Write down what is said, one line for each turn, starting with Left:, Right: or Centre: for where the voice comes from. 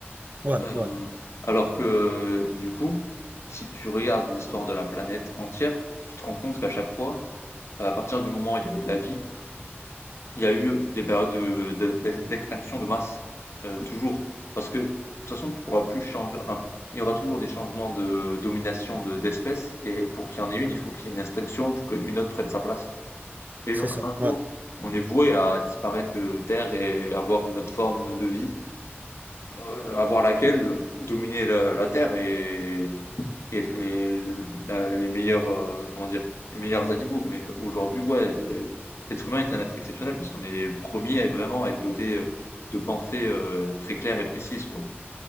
Right: ouais,
Left: Heu,
Right: ouais, ouais,
Left: alors que, du coup, si tu regardes l'histoire de la planète entière, tu te rends compte qu'à chaque fois, à partir du moment où il y a eu de la vie, il y a eu des périodes de de d'ex d'extinction de masse, heu, toujours. Parce que, de toute façon, tu pourras plus changer enfin, il y aura toujours des changements de domination de d'espèces et pour qu'il y en ait une, il faut qu'il y ait une extinction pour qu'une autre prenne sa place et
Right: c'est
Left: donc
Right: ça.
Left: un
Right: Ouais,
Left: jour, on est voué à disparaître de terre et avoir une autre forme de vie. Heu, avant laquelle, heu, dominer la la terre et et être les la les meilleurs, heu, comment dire? Les meilleurs animaux. Mais aujourd'hui, ouais, le l'être humain est un être exceptionnel parce qu'on est le premier à vraiment être doté, heu, de pensées, heu, très claires et précises, quoi,